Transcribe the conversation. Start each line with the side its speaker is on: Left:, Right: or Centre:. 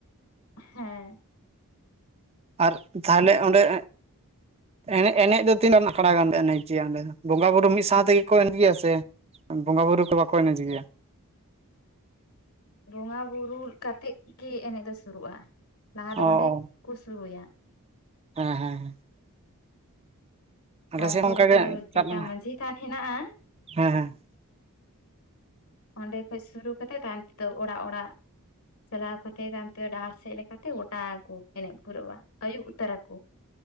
Left: ᱦᱮᱸ᱾
Right: ᱟᱨ ᱛᱟᱦᱞᱮ ᱚᱸᱰᱮ ᱮᱱᱮᱡ ᱮᱱᱮᱡ ᱫᱚ ᱛᱤᱱᱟᱜ ᱟᱠᱷᱲᱟ ᱜᱟᱱ ᱯᱮ ᱮᱱᱮᱡᱽ ᱜᱮᱭᱟᱸᱚᱰᱮ ᱫᱚ ᱵᱚᱸᱜᱟ ᱵᱩᱨᱩ ᱢᱤᱫ ᱥᱟᱶ ᱛᱮᱜᱮ ᱠᱚ ᱮᱱᱮᱡ ᱜᱮᱭᱟ ᱥᱮ? ᱵᱚᱸᱜᱟ ᱵᱩᱨᱩ ᱠᱚ ᱵᱟᱠᱚ ᱮᱱᱮᱡᱽ ᱜᱮᱭᱟ᱾
Left: ᱵᱚᱸᱜᱟ ᱵᱩᱨᱩ ᱠᱟᱛᱮᱫ ᱜᱮ ᱮᱱᱮᱡ ᱫᱚ ᱥᱩᱨᱩᱜ-ᱟ ᱞᱟᱦᱟ ᱫᱚ
Right: ᱚ
Left: ᱚᱸᱰᱮ
Right: ᱚ
Left: ᱠᱚ ᱥᱩᱨᱩᱭᱟ᱾
Right: ᱦᱮᱸ, ᱦᱮᱸ, ᱟᱞᱮ
Left: ᱛᱟᱨᱯᱚᱨᱮ
Right: ᱥᱮᱫ ᱚᱱᱠᱟ ᱜᱮ
Left: ᱫᱚ ᱪᱮᱛᱟ
Right: ᱪᱟᱞᱟᱜ
Left: ᱢᱟᱹᱡᱷᱤ ᱛᱷᱟᱱ ᱦᱮᱱᱟᱜᱼᱟ,
Right: ᱦᱮᱸ, ᱦᱮᱸ,
Left: ᱚᱸᱰᱮ ᱠᱷᱚᱡ ᱥᱩᱨᱩ ᱠᱟᱛᱮᱫ ᱛᱟᱭᱚᱢ ᱛᱮᱫᱚ ᱚᱲᱟᱜ ᱚᱲᱟᱜ ᱪᱟᱞᱟᱣ ᱠᱟᱛᱮᱫ ᱛᱟᱭᱚᱢ ᱛᱮ ᱰᱟᱦᱟᱨ ᱥᱮᱫ ᱞᱮᱠᱟᱛᱮ ᱜᱚᱴᱟ ᱠᱚ ᱮᱱᱮᱡ ᱯᱩᱨᱟᱹᱣᱼᱟ, ᱟᱹᱭᱩᱵ ᱩᱛᱟᱹᱨᱟ ᱠᱚ᱾